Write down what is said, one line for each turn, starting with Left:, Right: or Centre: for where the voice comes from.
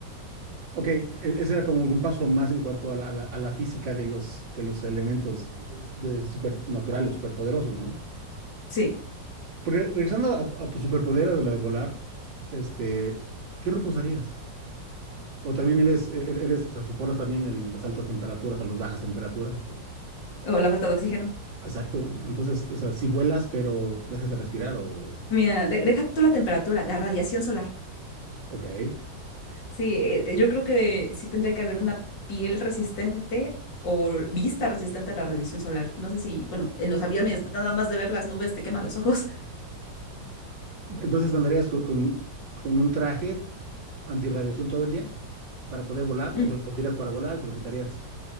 Right: Ok, e- ese era como un paso más en cuanto a la, a la- a la física de los, de los elementos es- de supernaturales, superpoderosos, ¿no?
Left: Sí,
Right: Porque regresando a, tu a tu superpoder, de la de volar, este, ¿qué reposarías? O también eres, e- e- eres, o sea, soportas también el- las altas temperaturas o las bajas temperaturas. o-
Left: o la falta de oxígeno.
Right: Exacto. Entonces, o sea, si vuelas, pero dejas de respirar, o...
Left: Mira, de- deja tú la temperatura, la radiación solar.
Right: Ok.
Left: Sí, eh, yo creo que sí tendría que haber una piel resistente o vista resistente a la radiación solar. No sé si, bueno, en los aviones nada más de ver las nubes te quema los ojos.
Right: Entonces andarías con, con, con un traje antirradiación todo el día. para poder volar,
Left: <laughs>
Right: o te lo pondrías para volar, te lo quitarías